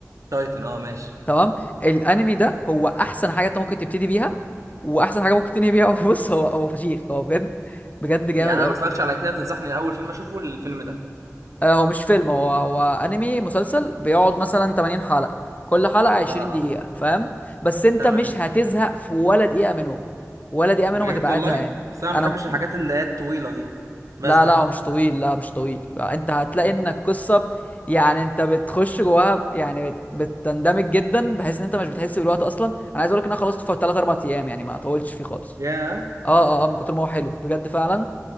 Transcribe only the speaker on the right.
تايتن اه ماشي
يعني انا
ما اتفرجتش على كده تنصحني الاول فيلم اشوفه الفيلم ده
اه
اه
تمام
بجد
والله
بس انا ما
بحبش الحاجات اللي هي الطويله دي بزهق
ياه